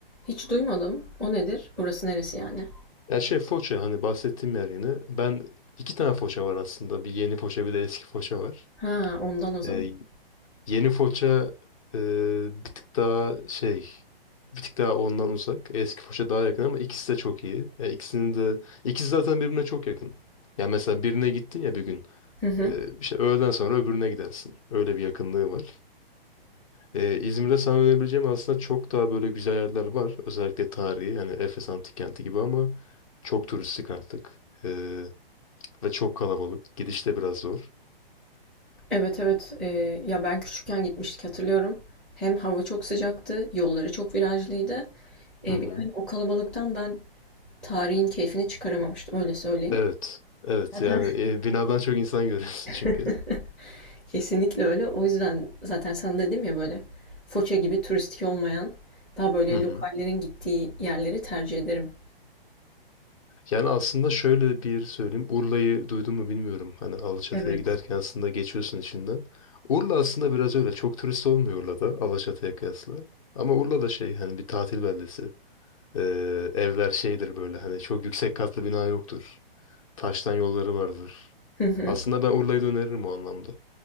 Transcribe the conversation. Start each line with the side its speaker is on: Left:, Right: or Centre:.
Centre: Hiç duymadım. O nedir? Burası neresi yani?
Left: Ya şey Foça hani bahsettiğim yer yine. Ben iki tane Foça var aslında. Bir yeni Foça bir de eski Foça var.
Centre: Ha ondan o zaman.
Left: Ee, yeni Foça e, bir tık daha şey bir tık daha ondan uzak. Eski Foça daha yakın ama ikisi de çok iyi. Ya ikisinin de ikisi zaten birbirine çok yakın. Ya mesela birine gittin ya bir gün.
Centre: Hı hı.
Left: Ee, işte öğleden sonra öbürüne gidersin. Öyle bir yakınlığı var. Ee, İzmir'de sana önerebileceğim aslında çok daha böyle güzel yerler var. Özellikle tarihi hani Efes Antik Kenti gibi ama çok turistik artık. Ee, ve çok kalabalık. Gidiş de biraz zor.
Centre: Evet evet Ee, ya ben küçükken gitmiştik hatırlıyorum. Hem hava çok sıcaktı, yolları çok virajlıydı. Ee,
Left: Hı hı.
Centre: bir de hani o kalabalıktan ben tarihin keyfini çıkaramamıştım öyle söyleyeyim.
Left: Evet. Evet
Centre: Zaten
Left: yani e, binadan çok insan görüyorsun
Centre: <laughs>
Left: çünkü.
Centre: kesinlikle öyle. O yüzden zaten sana dedim ya böyle Foça gibi turistik olmayan daha böyle
Left: Hı hı.
Centre: lokallerin gittiği yerleri tercih ederim.
Left: Yani aslında şöyle bir söyleyeyim. Urla'yı duydun mu bilmiyorum. Hani Alaçatı'ya
Centre: Evet.
Left: giderken aslında geçiyorsun içinden. Urla aslında biraz öyle. Çok turist olmuyor Urla'da Alaçatı'ya kıyasla. Ama Urla da şey hani bir tatil beldesi. Ee, evler şeydir böyle hani çok yüksek katlı bina yoktur. Taştan yolları vardır.
Centre: Hı hı.
Left: Aslında ben Urla'yı da öneririm o anlamda.